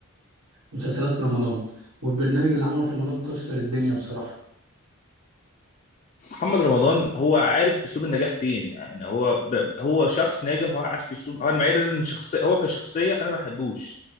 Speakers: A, on the right; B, on the left.
A: مسلسلات في رمضان والبرنامج اللي عمله في رمضان كسر الدنيا بصراحه
B: محمد رمضان هو عارف اسلوب النجاح فين يعني هو ب... هو شخص ناجح هو عارف اسلوب انا معير ان شخصيه هو كشخصيه انا ما بحبوش